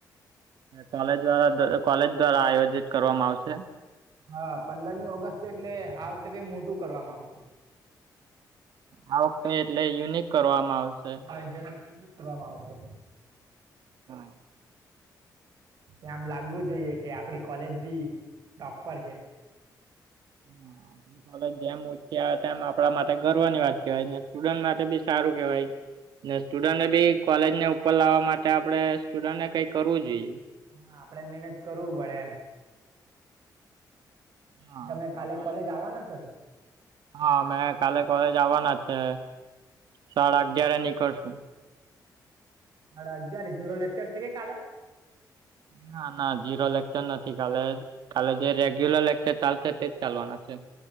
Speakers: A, on the right; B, on the right.
A: કોલેજ દ્વા કોલેજ દ્વારા આયોજિત કરવામાં આવશે.
B: હા પંદરમી ઓગસ્ટ એટલે આ વખતે કઈ મોટું કરવામાં આવશે.
A: આ વખતે એટલે યુનિક કરવામાં આવશે.
B: હા એ જરાક યુનિક કરવામાં આવશે.
A: હા
B: હ એ આમ લાગવું જોઈએ કે આપડી કોલેજ ભી ટોપ પર છે.
A: હમ લે <unintelligible> ઉ્યા તેમ આપણા માટે ગર્વની વાત કવાય સ્ટુડન્ટ માટે બી સારું કેવાય. ને સ્ટુડન્ટને
B: હા.
A: બી કોલેજ ને ઉપર લાવવા માટે આપડે સ્ટુડન્ટને કઈ કરવું જોઈએ.
B: હા આપડે મહેનત કરવું પડે એમ.
A: હા
B: તમે કાલે
A: આપણા
B: કોલેજ આવવાના છો ને.
A: હા મેં કાલે કોલેજ આવવાના છે સાડા અગય્યારે નીકળશું.
B: સાડા અગિયારે ઝીરો લેક્ચર છે કે કાલે?
A: ના ના ઝીરો લેક્ચર નથી કાલે કાલે જે રેગ્યુલર લેક્ચર ચાલશે તેજ ચાલવાના છે.